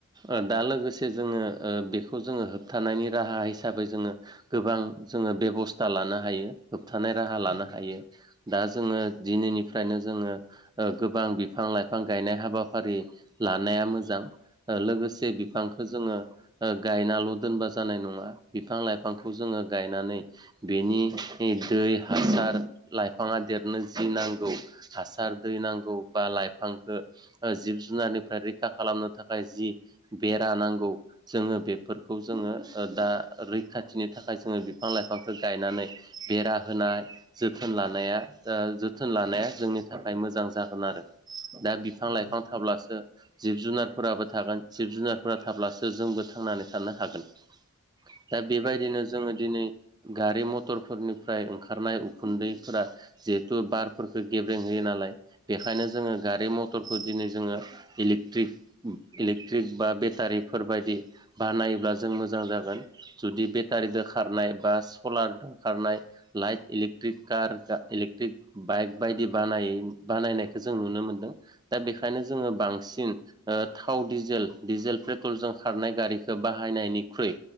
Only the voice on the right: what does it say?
ओ दा लोगोसे जोंङो ओ बेखौ जोंङो होबथानायनि राहा हिसाबै जोंङो गोबां जोंङो बेबस्था लानो हायो होबथानाय राहा लानो
हायो दा जोंङो दिनैनिफ्रायनो जोंङो ओ गोबां बिफां लाइफां गायनाय हाबाफारि लानाया मोजां ओ लोगोसे बिफांखौ जोंङो ओ गायनाल' दोनबा जानाय नंङा बिफां लाइफांखौ जोंङो गायनानै बेनि दै हासार लाइफांङा देरनो जि नांगौ हासार दै नांगौ बा लाइफां लायहांखो ओ जिब जुनारनिफ्राय रैखा खालामनो थाखाय जि बेरा नांगौ जोंङो बेफोरखौ जोंङो दा रैखा थिनि थाखाय जोंङो बिफां लाइफांखौ गायनानै बेरा होनाय जोथोन लानाया ओ जोथोन लानाया जोंनि थाखाय मोजां जागोन आरो दा बिफां
लाइफां
थाब्लासो जिब जुनारफोराबो थागोन जिब जुनारफोरा थाब्लासो जोंबो थांनानै थानो हागोन दा बे बायदिनो जोंङो दिनै गारि मटरफोरनिफ्राय ओंखारनाय उखुन्दैफोरा जिहेतु बारफोरखो गेब्रें होयो ना लाय। बेखायनो जोङो गारि मटरखो दिनै जोङो इलिक ट्रिक इलेक्ट्रिक बा बेटारिफोर बायदि बानायोब्ला जों मोजां जागोन। जु दि बेटारिदो खारनाय बा सलारदों खारनाय light electric car electric bike बायदि बानायै बानायनायखो जों नुनो मोनदों। दा बेखायनो जोङो बांसिन ओ थाव डिजेल डिजेल पेट्रलजों खारनाय गारिखो बाहायनायनिख्रुइ